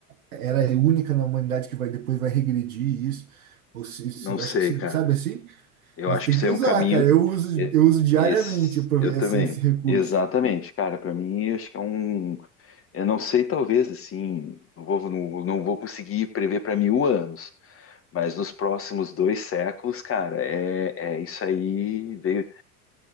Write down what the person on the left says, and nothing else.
não sei,
cara.
Eu
acho
que isso
é
um caminho.
e-
Esse,
eu
também.
Exatamente, cara. Para mim, eu acho que é um. Eu não sei, talvez assim, não vou, não, não vou conseguir prever para mil anos, Mas nos próximos dois séculos, cara, é, é isso aí veio,